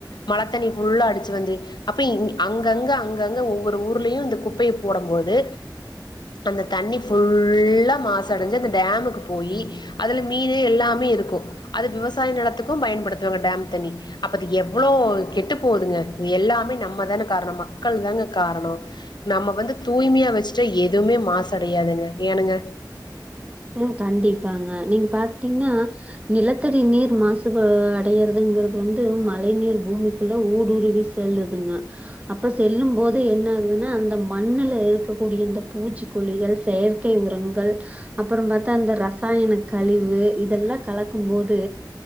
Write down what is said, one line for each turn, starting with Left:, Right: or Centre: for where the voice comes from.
Left: மழைத்தண்ணி ஃபுல்லா அடிச்சு வந்து அப்ப அங்கங்க அங்கங்க ஓவ் ஒரு ஊர்லயும் இந்த குப்பையை போடும் போது அந்த தண்ணி ஃபுல்லா மாசுடைஞ்சு அந்த டேமுக்கு போய் அதுல மீன் எல்லாமே இருக்கும் அது விவசாய நிலத்துக்கும் பயன்படுத்துவாங்க டேம் தண்ணி அப்ப எவ்வளோ கெட்டு போகுதுங்க இது எல்லாமே நம்ம தானே காரணம் மக்கள் தாங்க காரணம் நம்ம வந்து தூய்மையா வச்சுட்டா எதுவுமே மாசுடையாதுங்க ஏனுங்க
Right: ம் கண்டிப்பாங்க நீங்க பாத்தீங்கன்னா நிலத்தடி நீர் மாசுபா அடையறதுங்கிறது வந்து மழை நீர் பூமிக்குள்ள ஊடுருவி செல்லுதுங்க அப்ப செல்லும் போது என்ன ஆகுதுன்னா அந்த மண்ணுல இருக்கக்கூடிய அந்த பூச்சிக்கொல்லிகள் செயற்கை உரங்கள் அப்புற பாத்தா அந்த ரசாயன கழிவு இதெல்லா கலக்கும் போது